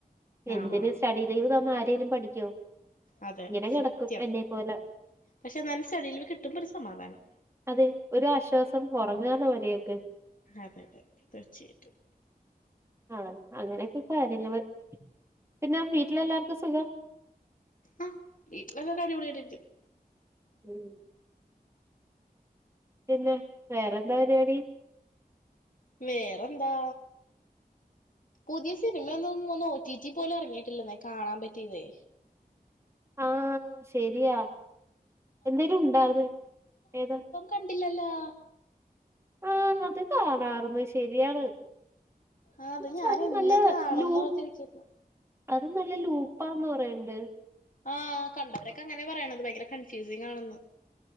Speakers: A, on the right; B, on the left.
A: എന്തിന്
B: ആഹ്
A: സ്റ്റഡി ലീവ് തന്ന ആരെലും പഠിക്കോ
B: അതെ
A: ഇങ്ങനെ
B: സത്യം
A: കിടക്കും എന്നെ പോലെ
B: പശേ എന്നാലും സ്റ്റഡി ലീവ് കിട്ടുമ്പൊ ഒരു സമാധാനം.
A: അതെ ഒരാശ്വാസം ഒറങ്ങാല്ലോ മരിയാക്ക്
B: അതെതെ തീർച്ച ആയ്ട്ടും
A: ആഹ് അങ്ങനെയൊക്കെ കാര്യങ്ങള് പിന്നെ വീട്ടിലെല്ലാർക്കും സുഖം
B: ആഹ് വീട്ട്ല് എല്ലാരും അടിപൊളി ആയിട്ടിരിക്ക്ന്നു.
A: ഉം പിന്നെ വേറെന്താ പരിവാടി?
B: വേറന്താ പുതിയ സിനിമയൊന്നും ഒന്ന് ഓറ്റിറ്റി പോലും എറങ്ങിയിട്ടില്ലെന്നേ കാണാൻ പറ്റിതേ
A: ആ ശെരിയാ എന്തേലും ഉണ്ടാവ് ഏതാ
B: കണ്ടില്ലല്ലാ
A: ആഹ് അത് കാണാറ്ന്നു ശെരിയാണ്.
B: ആഹ് ഞാൻ
A: ശേ അത്
B: എന്ന്
A: നല്ല
B: കാണുംന്ന്
A: ലൂ
B: ഓർത്തിരിക്കുന്നു
A: അത് നല്ല ലൂപ്പാന്ന് പറയിണ്ട്
B: ആഹ് കണ്ടവരൊക്കെ അങ്ങനെയാ പറയണത് ഭയങ്കര കൺഫ്യൂസിംങ് ആണെന്ന്